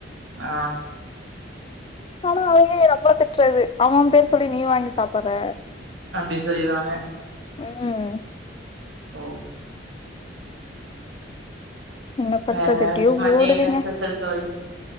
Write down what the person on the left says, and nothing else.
ஆனா அவ ஏ நம்மல திட்றது அவம் பேஸ் சொல்லி நீ வாங்கி சாப்பற்ற
ம்
என்ன பண்றது
எப்டியோ
ஓடுதுங்க